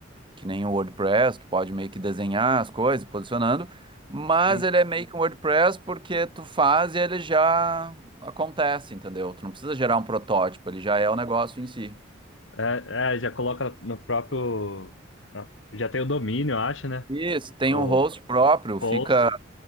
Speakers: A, on the right; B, on the left.
A: que nem o WordPress. Tu pode meio que desenhar as coisas, posicionando. Mas
B: sim.
A: ele é meio que um WordPress porque tu faz e ele já acontece, entendeu? Tu não precisa gerar um protótipo, ele já é o negócio em si.
B: É, é, já coloca no próprio na- já tem o domínio, eu acho, né?
A: Isso, tem
B: O
A: um host próprio, fica
B: host, é.